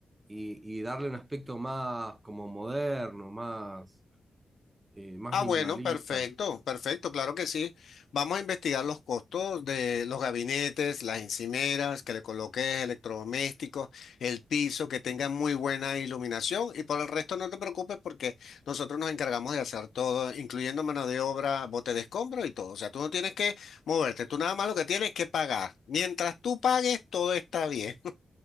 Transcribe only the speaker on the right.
y, y darle un aspecto más como moderno, más, eh, más
minimalista.